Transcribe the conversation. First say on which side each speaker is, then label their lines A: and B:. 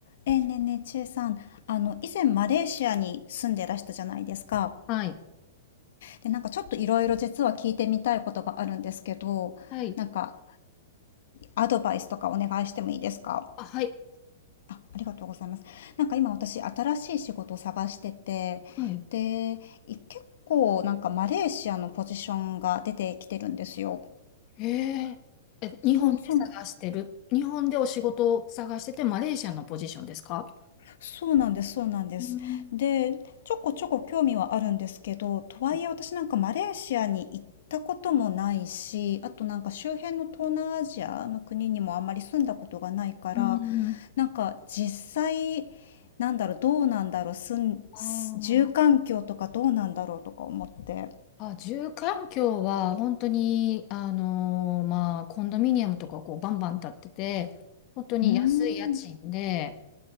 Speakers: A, on the left (about 65°); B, on the left (about 35°).
A: えーねえねえ、ちえさん、あの、以前マレーシアに住んでらしたじゃないですか。
B: はい。
A: で、なんかちょっといろいろ実は聞いてみたいことがあるんですけど、
B: はい。
A: なんかアドバイスとかお願いしてもいいですか
B: あ、はい。
A: あ、ありがとうございます。なんか今私新しい仕事を探してて、
B: はい。
A: で、い結構なんかマレーシアのポジションが出てきてるんですよ。
B: へえー。え、
A: そうそう。
B: 日本で探してる。日本でお仕事を探してて、マレーシアのポジションですか
A: そうなんです、そうなんです。
B: うん。
A: で、ちょこちょこ興味はあるんですけど、とはいえ私なんかマレーシアに行ったこともないし、
B: う
A: あとなんか周辺の東南アジアの国にもあんまり住んだことがないから、
B: ん。
A: なんか実際、なんだろう、どうなんだろう、住ん、
B: あー
A: す住環境とかどうなんだろうとか思って。
B: あ、住環境は本当に、あのーまあ、コンドミニアムとかこうバンバン建ってて、本当に安い家賃で、
A: うーん。